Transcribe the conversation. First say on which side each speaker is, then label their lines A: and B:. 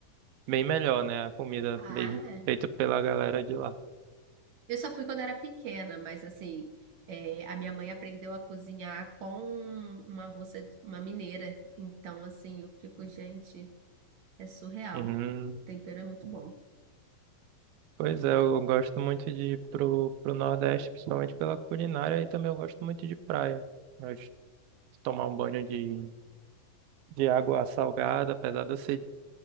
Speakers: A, on the right; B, on the right.
A: Bem melhor, né? A comida
B: Ah,
A: mesmo
B: é.
A: feita pela galera de lá.
B: eu só fui quando era pequena, mas assim, é, a minha mãe aprendeu a cozinhar com uma moça, uma mineira. Então, assim, eu fico, gente, é surreal.
A: Uhum.
B: O tempero é muito bom.
A: Pois é, eu gosto muito de ir pro, pro Nordeste, principalmente pela culinária, e também eu gosto muito de praia. Eu Gosto de tomar um banho de, de água salgada, apesar de eu ser